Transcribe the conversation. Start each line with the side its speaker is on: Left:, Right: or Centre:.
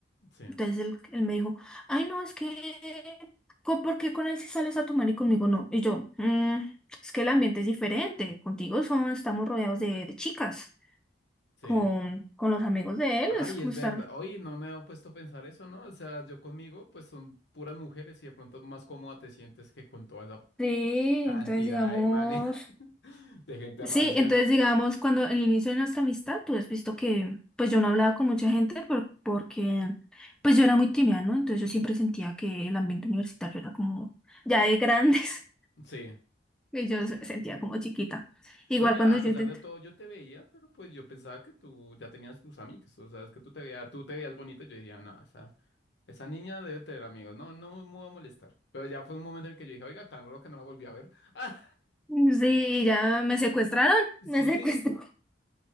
Left: sí,
Centre: Entonces él, él me dijo, ay, no, es que, co- ¿por qué con él sí sales a tomar y conmigo no? Y yo, "Mm, es que el ambiente es diferente, contigo son, estamos rodeados de, de chicas,
Left: sí.
Centre: con, con los amigos de él
Left: Ay,
Centre: es como
Left: es
Centre: estar...
Left: verdad. Oye, no me he puesto a pensar eso, ¿no? O sea, yo conmigo, pues son puras mujeres y de pronto más cómoda te sientes que con toda esa
Centre: Sí,
Left: cantidad
Centre: entonces digamos...
Left: de manes, <laughs> de gente
Centre: Sí,
Left: rancia.
Centre: entonces digamos, cuando en el inicio de nuestra amistad, tú has visto que, pues yo no hablaba con mucha gente por- porque, pues yo era muy tímida, ¿no? Entonces yo siempre sentía que el ambiente universitario era como ya de grandes.
Left: Sí.
Centre: Y yo se- sentía como chiquita. Igual
Left: No, y mira,
Centre: cuando
Left: a
Centre: yo
Left: pesar
Centre: intenté.
Left: de todo, yo te veía, pero pues yo pensaba que tú ya tenías tus amigos, o sea, es que tú te veías, tú te veías bonito, yo decía, no, esa, esa niña debe tener amigos, no, no me voy a molestar. Pero ya fue un momento en el que yo dije, oiga, tan raro que no la volví a ver. <laughs> Ah,
Centre: "Mm, Sí, ya me secuestraron, <laughs>
Left: sí,
Centre: me secuestraron.